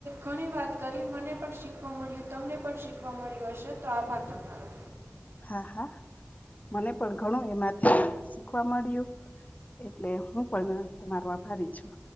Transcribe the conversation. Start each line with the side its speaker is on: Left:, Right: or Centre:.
Right: ઘણી વાત કરી મને પણ શીખવા મળ્યું તમને પણ શીખવા મળ્યું હશે તો આભાર તમારો
Left: હા હા મને પણ ઘણું એમાંથી શીખવા મળ્યું એટલે હું પણ તમારો આભારી છું